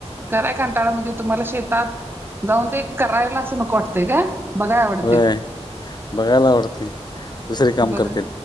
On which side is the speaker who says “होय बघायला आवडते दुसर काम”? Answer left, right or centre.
Left